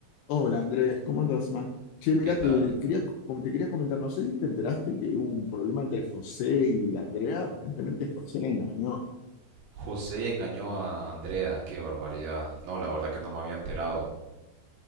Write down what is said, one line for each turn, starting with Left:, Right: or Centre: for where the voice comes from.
Left: Hola Andrés, ¿cómo andas, man? Che, mira,
Right: ¿Qué tal?
Left: te quería, com- te quería comentar, no sé si te enteraste que hubo un problema entre José y Andrea, aparentemente José le engañó.
Right: José engañó a Andrea, qué barbaridad. No, la verdad que no me había enterado.